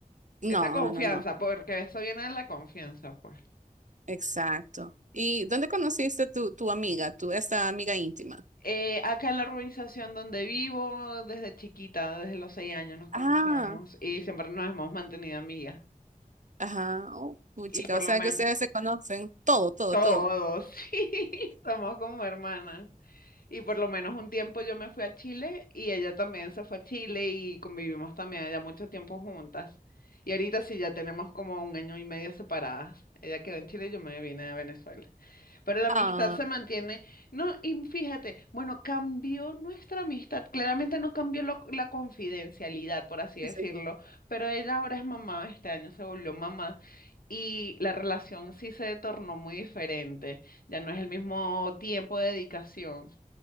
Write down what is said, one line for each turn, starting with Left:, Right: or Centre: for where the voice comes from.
Right: No,
Left: Esa confianza,
Right: no, no, no.
Left: porque eso viene de la confianza, pues.
Right: Exacto. ¿Y dónde conociste tu, tu amiga, tu esta amiga íntima?
Left: Eh, acá en la urbanización donde vivo, desde chiquita, desde los seis años nos conocemos
Right: Ah,
Left: y siempre nos hemos mantenido amigas.
Right: ajá. Oh, puchica,
Left: Y por
Right: o sea
Left: lo menos
Right: que ustedes se conocen. Todo, todo,
Left: todos,
Right: todo.
Left: <laughs> sí, somos como hermanas. Y por lo menos un tiempo yo me fui a Chile y ella también se fue a Chile y convivimos también allá mucho tiempo juntas. Y ahorita sí ya tenemos como un año y medio separadas. Ella quedó en Chile y yo me vine a Venezuela. Pero la amistad
Right: Ah,
Left: se mantiene. No, y fíjate, bueno, cambió nuestra amistad. Claramente no cambió lo- la confidencialidad, por así decirlo,
Right: sí.
Left: pero ella ahora es mamá, este año se volvió mamá y la relación sí se tornó muy diferente. Ya no es el mismo tiempo de dedicación.